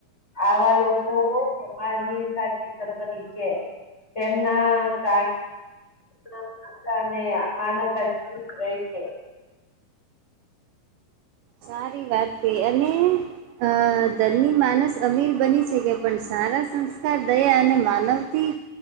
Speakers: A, on the left (about 15°); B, on the right (about 85°).
A: આવા લોકો ખબ માની સાચ સંપતિ ઈચ્છ તેમના ત માનતા અને માનવતા જેવી જ રહે છે
B: સારી વાત છે અને અ ધરની માનસ અમીર બની શકે પણ સારા સંસ્કાર દયા અને માનવથી